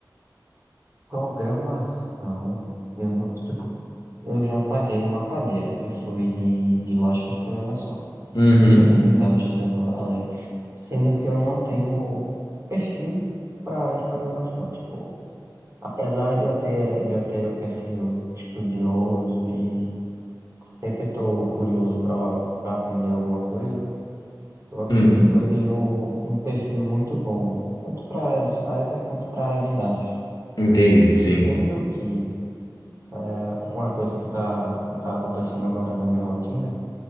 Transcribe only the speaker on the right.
Programação. Eu não, tipo, eu já paguei uma cadeira que foi de, de lógica de programação.
que eu também estava estudando ali, sendo que eu não tenho perfil para a área de programação. Tipo, apesar de eu ter, de eu ter o perfil estudioso e sempre estou curioso para para aprender alguma coisa, eu acredito
que eu tenho um perfil muito bom, tanto para a área de cyber quanto para a área de dados.
Sendo que é, uma coisa que está que tá acontecendo agora na minha rotina